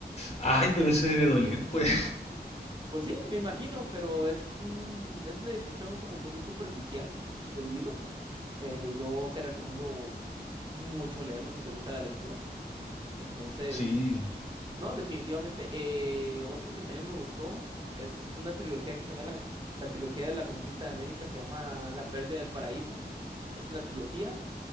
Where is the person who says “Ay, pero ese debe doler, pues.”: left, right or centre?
Left